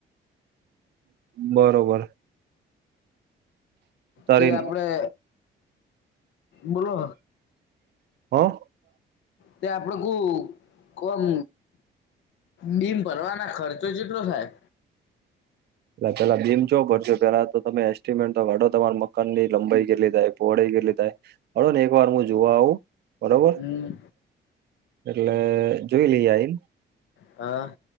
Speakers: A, on the right (about 55°); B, on the left (about 70°).
A: બરોબર. તારી
B: તે આપણે બોલો
A: હ
B: તે આપડે કોમ બિમ ભરવાના ખર્ચો કેટલો થાય.
A: એટલે પેલા બીમ જો ભરજો પેલા તો તમે એસ્ટિમેટ તો કાઢો તમારા મકાન ની લંબાઈ કેટલી થાય પહોળાઈ કેટલી થાય. હો ને એક વાર હું જોવા આવું. બરોબર
B: હમ
A: એટલે જોઈ લઈએ આઈન
B: હા.